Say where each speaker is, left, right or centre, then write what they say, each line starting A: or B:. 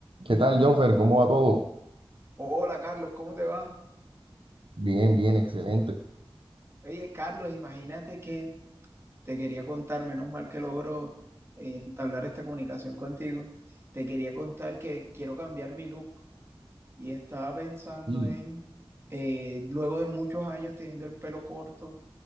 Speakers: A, on the right; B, on the right.
A: ¿Qué tal, Jonfer? ¿Cómo va todo?
B: Hola Carlos, ¿cómo te va?
A: Bien, bien, excelente.
B: Oye Carlos, imagínate que te quería contar, menos mal que logro eh, entablar esta comunicación contigo, te quería contar que quiero cambiar mi look y estaba pensando
A: Y
B: en, eh, luego de muchos años teniendo el pelo corto,